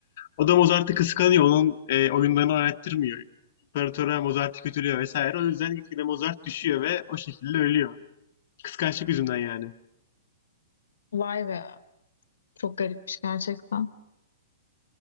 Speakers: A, on the left; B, on the left.
A: O da Mozart'ı kıskanıyor. Onun e, oyunlarını oynattırmıyor. İmparatora Mozart'ı kötülüyor vesaire. O yüzden gitgide Mozart düşüyor ve o şekilde ölüyor. Kıskançlık yüzünden yani.
B: Vay be. Çok garipmiş gerçekten.